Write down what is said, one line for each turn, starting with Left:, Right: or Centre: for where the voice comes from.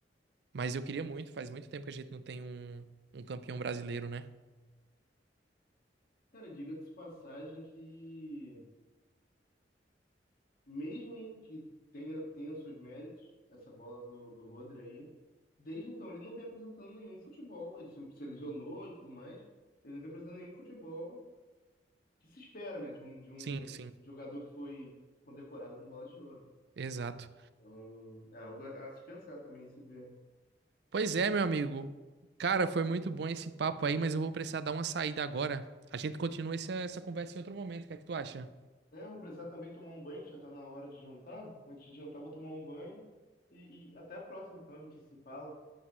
Right: Mas eu queria muito, faz muito tempo que a gente não tem um, um campeão brasileiro, né?
Left: Cara, diga-se de passagem que, mesmo que tenha, tenha seus méritos, essa bola do, do Rodri aí, desde então ele não vem apresentando nenhum futebol. Ele se, se lesionou e tudo mais, ele não vem apresentando nenhum futebol que se espera, né, de um, de um
Right: Sim, sim.
Left: jogador que foi condecorado com bola de ouro.
Right: Exato.
Left: Então, é algo a a se pensar também, se ver.
Right: Pois é, meu amigo. Cara, foi muito bom esse papo aí, mas eu vou precisar dar uma saída agora. A gente continua essa, essa conversa em outro momento. O que é que tu acha?
Left: É, eu vou precisar também tomar um banho, que já tá na hora de jantar. Antes de jantar, eu vou tomar um banho. E, e até a próxima, então, a gente se fala.